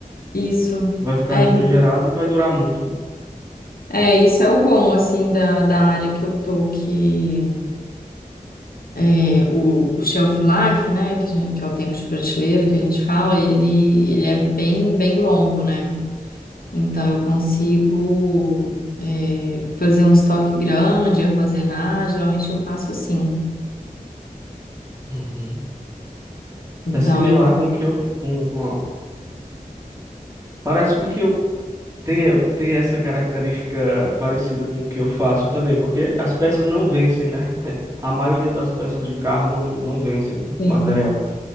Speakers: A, on the left (about 80°); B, on the right (about 20°).
A: isso.
B: vai ficar
A: É,
B: refrigerado e vai durar muito, né?
A: é, isso é o bom, assim, da, da área que eu tô, que é, o, o shelf life, né, que, a gen- que é o tempo de prateleira que a gente fala, ele, ele é bem, bem longo, né? Então, eu consigo eh, fazer um estoque grande, armazenar. Geralmente, eu faço assim.
B: Uhum.
A: Então,
B: É similar
A: eu.
B: com o que eu f- com, com a- parece com que eu tem eu- tem essa característica parecida com o que eu faço também, porque as peças não vencem, né? <laughs> A maioria das peças de carro não não vencem o
A: Sim,
B: material.